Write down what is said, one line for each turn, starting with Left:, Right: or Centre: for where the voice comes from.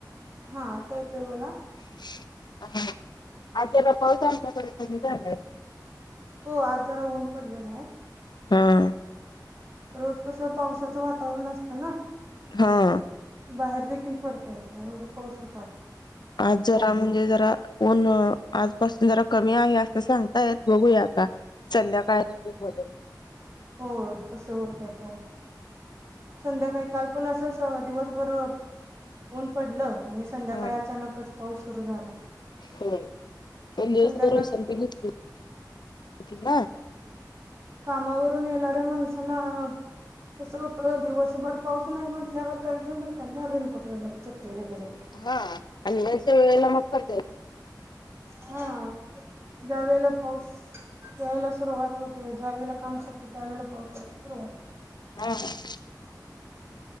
Right: हा आता येतोय बोला.
Left: ह <unintelligible>
Right: हो आज जरा ऊन पडलेला आहे.
Left: हा.
Right: रोज कसं पावसाचं वातावरण असतं ना.
Left: हा.
Right: बाहेर देखील पडता येत नाही एवढं पाऊस होतात.
Left: आज जरा म्हणजे जरा. ऊन आजपासून जरा कमी आहे असं सांगता येत बघूया आता. संध्याकाळ <unintelligible>
Right: हो कसं होतं काय. संध्याकाळी काल पण अस दिवसभर ऊन पडलं आणि संध्याकाळ
Left: हा
Right: अचानकच पाऊस सुरू झाला.
Left: होय पण दिवसभर
Right: संध्याकाळ
Left: विश्रांती घेतली होती ना.
Right: कामावरून येणाऱ्या माणसांना कसं होत दिवस असं भर पाऊस नाही म्हटल्यावर काय घेऊन जात ना रेनकोट वगैरे छत्री वगैरे.
Left: हा आणि याच्या वेळेला मग पडतंय.
Right: हा ज्यावेेळेला पाऊस. या्यायला सुरुवात होते ज्या वेळे काम सुटते त्या ववेळेला पावसा यायला सुरवात.
Left: हा <unintelligible>